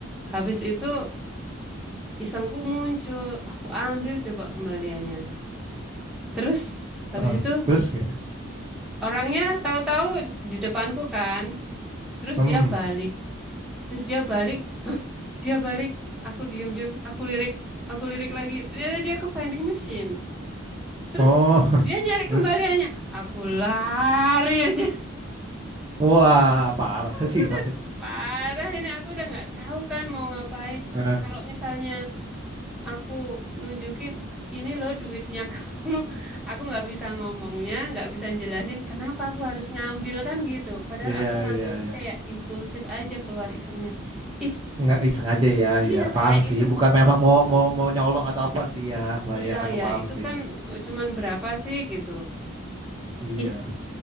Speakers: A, in the centre; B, on the right.
A: habis itu isengku muncul, aku ambil coba kembaliannya. Terus habis
B: Eh,
A: itu
B: terus gitu.
A: orangnya tahu-tahu di depanku kan. Terus
B: Hmm.
A: dia balik, terus dia balik, Hah, dia balik. Aku diem-diem, aku lirik, aku lirik lagi. Ternyata dia ke vending machine. Terus
B: Oh,
A: dia
B: <laughs>
A: nyari
B: terus
A: kembaliannya. Aku lari aja.
B: wah, parah
A: udah
B: sih, Bang.
A: parah ini aku udah nggak tahu kan mau ngapain.
B: Eh,
A: Kalau misalnya aku nunjukin ini loh duitnya <laughs> kamu, aku nggak bisa ngomongnya, nggak bisa jelasin kenapa aku harus ngambil kan gitu. Padahal
B: iya,
A: aku ngambil
B: iya,
A: tuh
B: iya.
A: kayak impulsif aja keluar isengnya. Ih,
B: Nggak ih, sengaja ya,
A: iya
B: ya. Paham
A: kayak
B: sih,
A: iseng.
B: bukan memang
A: Ih,
B: mau mau mau nyolong atau apa sih ya, Mbak
A: iya
B: ya. Aku
A: ya,
B: paham
A: itu
B: sih.
A: kan eh, cuman berapa sih gitu.
B: Iya.
A: ih